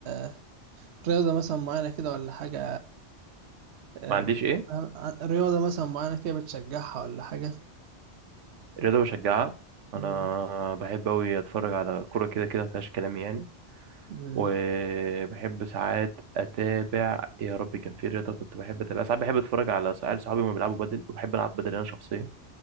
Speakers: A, on the right; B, on the right.
A: آه، رياضة مثلا معينة كده ولا حاجة آه،
B: ما عنديش
A: بتحبها
B: ايه
A: ع- رياضة مثلا معينة كده بتشجعها ولا حاجة
B: رياضه بشجعها
A: مم.
B: انا بحب قوي اتفرج على كوره كده كده ما فيهاش كلام يعني
A: مم.
B: وبحب ساعات اتابع يا ربي كان في رياضه كنت بحب اتابع ساعات بحب اتفرج على سؤال صحابي ما بيلعبوا بدل وبحب العب بدل انا شخصيا